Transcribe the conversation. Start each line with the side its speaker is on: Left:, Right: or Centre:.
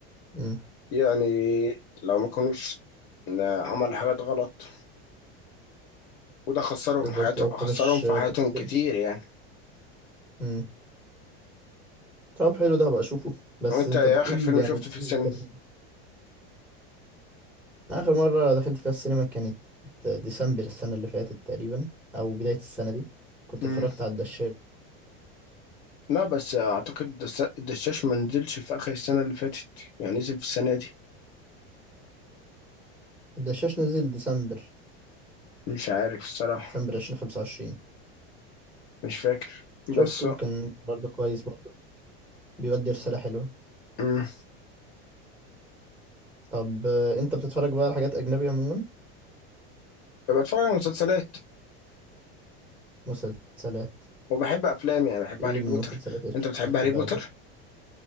Centre: مم.
Left: يعني لو ما كانوش عملوا حاجات غلط وده خسرهم
Centre: بالظبط
Left: حياته
Centre: لو كناش
Left: خسرهم في حياتهم
Centre: تقصد الدنيا
Left: كتير يعني
Centre: مم. طب حلو ده هبقى اشوفه بس
Left: وانت
Centre: انت
Left: ايه
Centre: بتقول
Left: اخر فيلم
Centre: يعني
Left: شفته
Centre: الفيلم
Left: في السينما
Centre: بيتكلم أنا اخر مره دخلت فيها السينما كانت ديسمبر السنه اللي فاتت تقريبا او بدايه السنه دي كنت
Left: مم.
Centre: اتفرجت على الدشاش
Left: لا بس اعتقد دس- الدشاش ما نزلش في اخر السنه اللي فاتت يعني نزل في السنه دي
Centre: الدشاش نزل ديسمبر
Left: مش عارف الصراحه
Centre: ديسمبر 2025
Left: مش فاكر
Centre: شفته
Left: بس
Centre: كان برضه كويس برضه بيودي رسالة حلوة
Left: مم.
Centre: طب آه، انت بتتفرج بقى على حاجات أجنبي عموما
Left: بتفرج على مسلسلات
Centre: مسلسلات
Left: وبحب افلام يعني بحب
Centre: ايه
Left: هاري
Centre: المسلسلات
Left: بوتر
Centre: اللي
Left: انت بتحب
Centre: بتحبها
Left: هاري بوتر
Centre: أجنبي